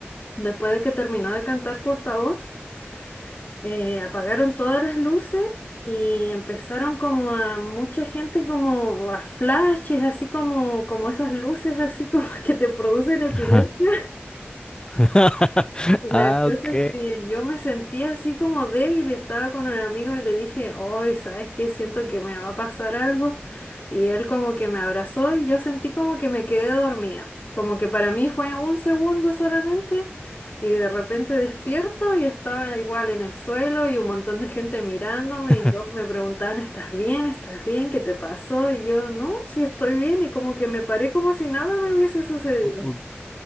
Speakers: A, on the left; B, on the left.
A: después de que terminó de cantar Portavoz, eh, apagaron todas las luces y empezaron como a mucha gente como a flashes, así como, como esas luces así como <laughs> que te producen epilepsia.
B: Ajá. <laughs>
A: La
B: Ah,
A: cosa
B: ok.
A: es que yo me sentía así como débil y estaba con un amigo y le dije, hoy, ¿sabes qué? Siento que me va a pasar algo. Y él como que me abrazó y yo sentí como que me quedé dormida. Como que para mí fue un segundo solamente y de repente despierto y estaba igual en el suelo y un montón de gente mirándome
B: <laughs>
A: y todos me preguntaban, ¿estás bien? ¿Estás bien? ¿Qué te pasó? Y yo, no, sí estoy bien y como que me paré como si nada me hubiese sucedido.
B: O-